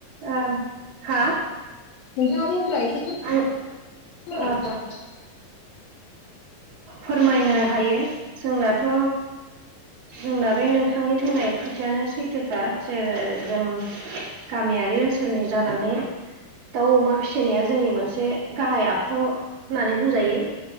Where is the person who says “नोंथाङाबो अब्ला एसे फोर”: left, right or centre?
Left